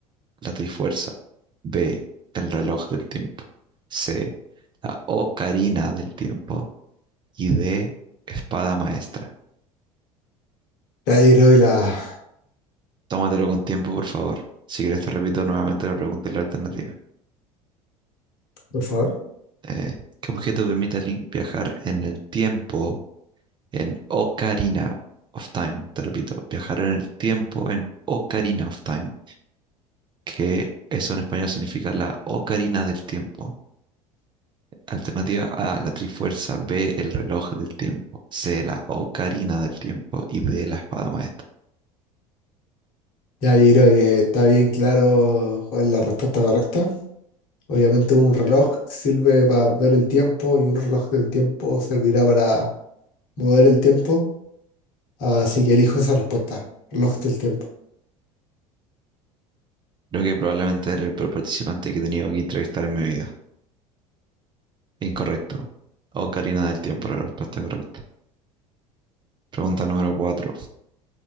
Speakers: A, on the right; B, on the left.
A: la Trifuerza. B, el reloj del tiempo. C, la Ocarina del tiempo. Y D, espada maestra.
B: Ya, yo creo que la...
A: Tómatelo con tiempo, por favor. Si quieres, te repito nuevamente la pregunta y la alternativa.
B: Por favor.
A: Eh, ¿qué objeto permite li- viajar en el tiempo en Ocarina of Time? Te repito, viajar en el tiempo en Ocarina of Time, que eso en español significa la Ocarina del Tiempo. Alternativa A, la Trifuerza, B, el reloj del tiempo, C, la Ocarina del Tiempo y D, la espada maestra.
B: Ya, yo creo que está bien claro cuál es la respuesta correcta. Obviamente un reloj sirve para ver el tiempo y un reloj del tiempo servirá para mover el tiempo. Así que elijo esa respuesta, reloj del tiempo.
A: Creo que probablemente era el peor participante que he tenido que entrevistar en mi vida. Incorrecto. Ocarina del Tiempo, era la respuesta correcta. Pregunta número cuatro